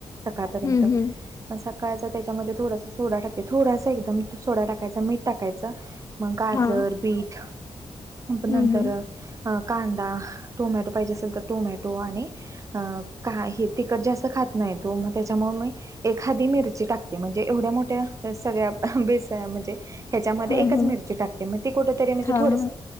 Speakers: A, on the right; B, on the left.
A: सकाळपर्यंत.
B: हम्म हम्म
A: सकाळचा त्याच्यामध्ये थोडासा सोडा टाकते. थोडासा एकदम सोडा टाकायच मीठ टाकायचं. मग गाजर,
B: हा
A: बीट, नंतर
B: हम्म हम्म
A: अ कांदा, टोमॅटो पाहिजे असेल तर टोमॅटो आणि अ का हे तिखट जास्त खात नाहीत. तो मग त्याच्यामुळे मी एखादी मिरची टाकते म्हणजे एवढ्या मोठ्या सगळ्या बेस म्हणजे ह्याच्यामध्ये
B: हम्म
A: एकच
B: हम्म.
A: मिरची टाकते. मग ती कुठ तरी म्हणजे
B: हा
A: थोडस
B: हा